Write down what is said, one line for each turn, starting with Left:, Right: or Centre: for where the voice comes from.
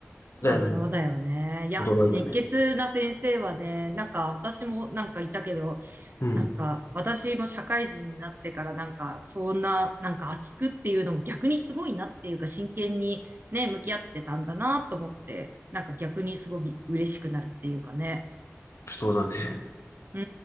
Left: あの、
Right: まあそうだよね。いや、
Left: 驚いたね。
Right: 熱血な先生はね、なんか私もなんかいたけど、
Left: うん、
Right: なんか私も社会人になってからなんかそんな、なんか熱くっていうのも逆にすごいなっていうか真剣にね、向き合ってたんだなと思って、なんか逆にすごい嬉しくなるっていうかね。
Left: そうだね。
Right: う